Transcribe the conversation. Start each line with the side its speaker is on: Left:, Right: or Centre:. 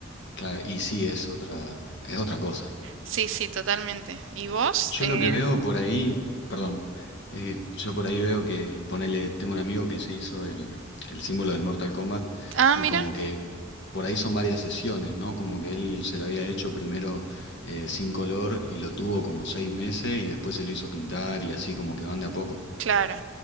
Left: claro, y sí, es otra, es otra cosa.
Right: Sí, sí, totalmente. ¿Y vos?
Left: Yo
Right: Eh,
Left: lo que veo por ahí, perdón, eh, yo por ahí veo que, ponele, tengo un amigo que se hizo el, el símbolo del Mortal Kombat
Right: ah,
Left: y
Right: mira.
Left: como que por ahí son varias sesiones, ¿no? Como que él se lo había hecho primero eh, sin color y lo tuvo como seis meses y después se lo hizo pintar y así como que van de a poco.
Right: Claro.